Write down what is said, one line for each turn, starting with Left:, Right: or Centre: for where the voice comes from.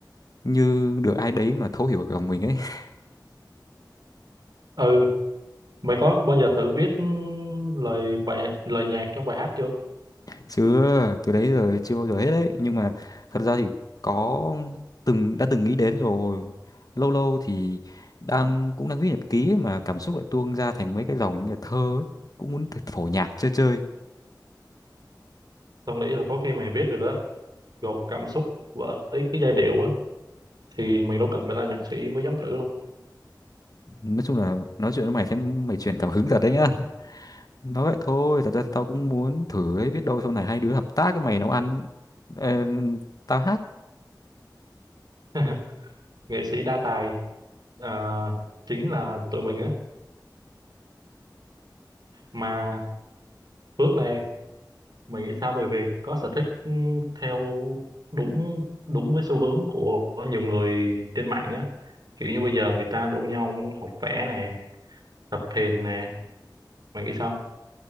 Left: như được ai đấy mà thấu hiểu lòng mình ấy. <laughs>
Right: ừ mày có bao giờ thử viết ừm, lời bài lời nhạc trong bài hát chưa
Left: Chứ từ đấy giờ chưa bao giờ hết đấy, nhưng mà thật ra thì có từng đã từng nghĩ đến rồi. Lâu lâu thì đang cũng đang viết nhật ký ấy, mà cảm xúc lại tuôn ra thành mấy cái dòng như là thơ ấy, cũng muốn thử- phổ nhạc chơi chơi.
Right: tao nghĩ là có khi mày viết được á gộp cảm xúc với cái giai điệu á thì mày đâu cần phải là nhạc sĩ mới dám thử đâu
Left: Nói chung là nói chuyện với mày thấy mày truyền cảm hứng thật đấy nhá. nói vậy thôi thật ra thì tao cũng muốn thử ấy biết đâu sau này hai đứa hợp tác với mày nấu ăn ờ, tao hát
Right: <laughs> nghệ sĩ đa tài à, chính là tụi mình á mà Phước nè Mình nghĩ sao về việc có sở thích ừ, theo đúng đúng với xu hướng của nhiều người trên mạng á. Kiểu như bây giờ người ta rủ nhau học vẽ nè, tập thiền nè. mày nghĩ sao?